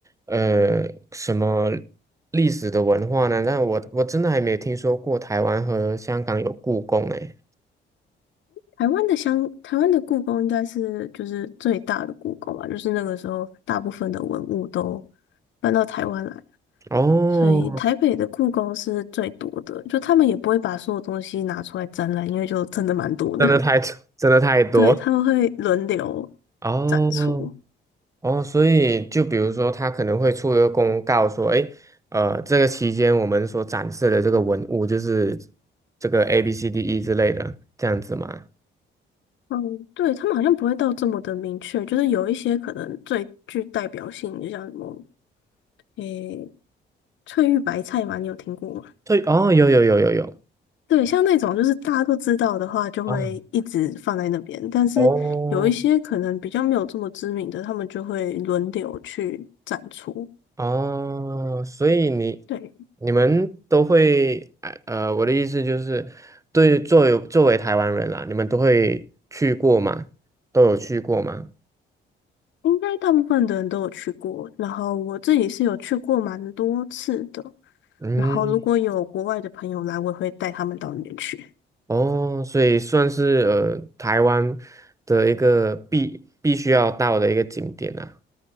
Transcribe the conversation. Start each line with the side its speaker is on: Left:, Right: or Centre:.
Right: 呃什么历史的文化呢？那我我真的还没有听说过台湾和香港有故宫诶。
Left: 台湾的香，台湾的故宫应该是就是最大的故宫吧，就是那个时候大部分的文物都搬到台湾来，
Right: 哦，
Left: 所以台北的故宫是最多的。就他们也不会把所有东西拿出来展览，因为就真的蛮多的。
Right: 真的太
Left: <laughs>
Right: <laughs> 真的太多
Left: 对，他们会轮流
Right: 哦
Left: 展出。
Right: 哦，所以就比如说，他可能会出一个公告说，诶，呃，这个期间我们所展示的这个文物就是这个 A B C D E 之类的，这样子吗？
Left: 嗯，对，他们好像不会到这么的明确，就是有一些可能最具代表性，就像什么，诶，翠玉白菜嘛，你有听过吗？
Right: 对，哦，有有有有有。
Left: 对，像那种就是大家都知道的话，就会一直放在那边。
Right: 啊，
Left: 但是有一些可能比较没有这么知名的，
Right: 哦
Left: 他们就会轮流去展出。
Right: 哦，所以你你们都会，
Left: 对，
Right: 哎呃，我的意思就是，对，作为作为台湾人啦，你们都会去过吗？都有去过吗？
Left: 应该大部分的人都有去过。然后我自己是有去过蛮多次的。
Right: 嗯，
Left: 然后如果有国外的朋友来，我也会带他们到那边去。
Right: 哦，所以算是呃台湾的一个必必须要到的一个景点啊。